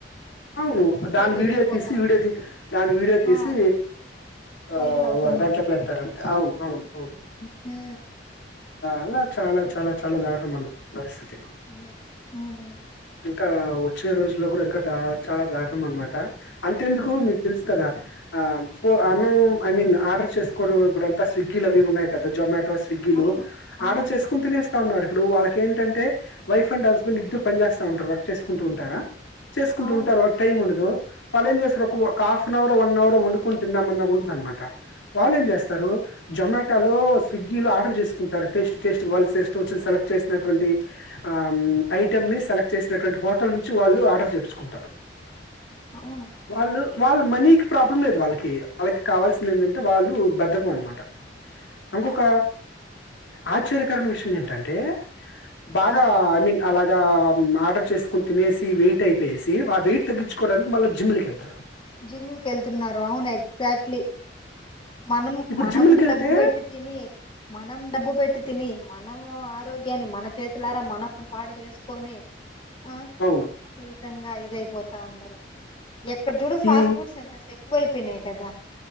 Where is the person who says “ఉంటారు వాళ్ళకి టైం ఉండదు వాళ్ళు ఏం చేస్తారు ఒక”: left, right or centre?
Left